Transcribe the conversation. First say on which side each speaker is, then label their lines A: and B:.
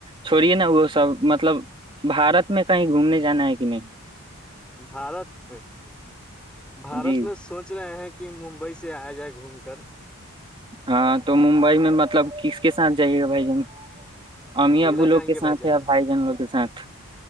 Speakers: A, on the right; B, in the centre.
A: چھوڑیے نا وہ سب مطلب بھارت میں کہیں گھومنے جانا ہے کہ نہیں
B: بھارت میں بھارت
A: جی
B: میں سوچ رہے ہیں کہ ممبئی سے آیا جائے گھوم کر
A: ہاں تو ممبئی میں مطلب کس کے ساتھ جائیے گا بھائی جن امی
B: اکیلا
A: ابو لوگ
B: جائیں
A: کے
B: گے
A: ساتھ
B: جان
A: یا بھائی جن لوگ کے ساتھ